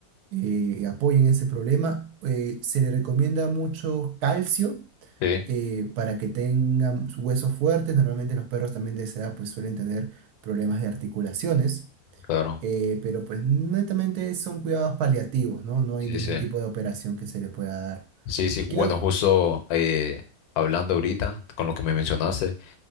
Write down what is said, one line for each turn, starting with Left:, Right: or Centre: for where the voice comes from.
Right: eh, apoyen ese problema. Eh, se le recomienda mucho calcio
Left: Sí,
Right: eh, para que tengan sus huesos fuertes. Normalmente los perros también de esa edad pues suelen tener problemas de articulaciones.
Left: claro.
Right: eh, pero pues netamente son cuidados paliativos, ¿no? No hay
Left: Sí,
Right: ningún
Left: sí.
Right: tipo de operación que se le pueda dar.
Left: Sí, sí.
Right: ¿Qué-
Left: Bueno, justo eh, hablando ahorita con lo que me mencionaste,